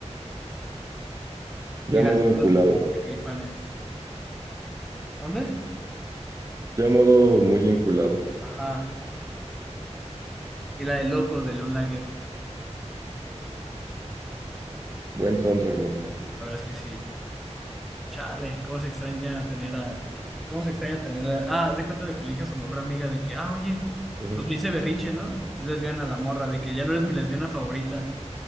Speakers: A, on the right; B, in the centre.
A: Ya
B: Y el
A: modo
B: Arsenal
A: enculado.
B: de Caifanes. ¿Mande?
A: Ya modo muy enculado.
B: Ajá. Y la de Locos de León Laguerri.
A: Buen soundtrack, bro.
B: La verdad es que sí. Chale, cómo se extraña tener a. ¿Cómo se extraña tener a. Ah, haz de cuenta de que le dije a su mejor amiga de que, ah, oye,
A: Ujú.
B: pues le hice berrinche, ¿no? Es lesbiana la morra, de que ya no eres mi lesbiana favorita.